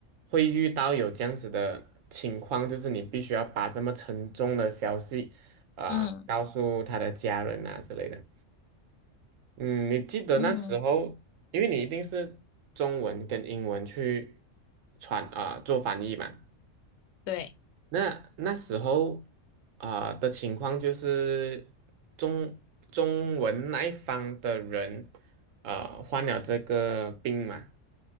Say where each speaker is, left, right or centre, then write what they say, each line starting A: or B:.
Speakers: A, on the right; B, on the left.
A: 会遇到有这样子的情况，就是你必须要把这么沉重的消息啊、
B: 嗯
A: 告诉他的家人啊之类的。嗯，你记得那时候，
B: 嗯，
A: 因为你一定是中文跟英文去传啊、做翻译嘛。
B: 对
A: 那那时候啊、的情况就是中中文那一方的人啊、患了这个病嘛。